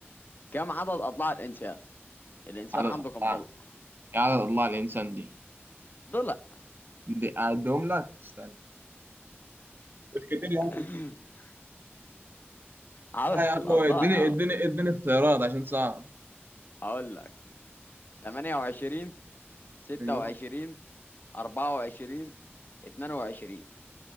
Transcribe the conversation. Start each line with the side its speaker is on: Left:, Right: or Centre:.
Left: كم عدد اضلاع الانسان الانسان
Right: عدد
Left: عنده
Right: اضلاع
Left: كم ضلع
Right: يا عدد اضلاع الانسان دي
Left: ضلع
Right: دي اعدهم لك استنى مش كتير يا
Left: <laughs>
Right: عم
Left: عدد
Right: لا يا عم
Left: <laughs> الأضلاع
Right: اديني
Left: يا عم
Right: اديني اديني اختيارات عشان صعب
Left: هقول لك 28 26
Right: أمم،
Left: 24 22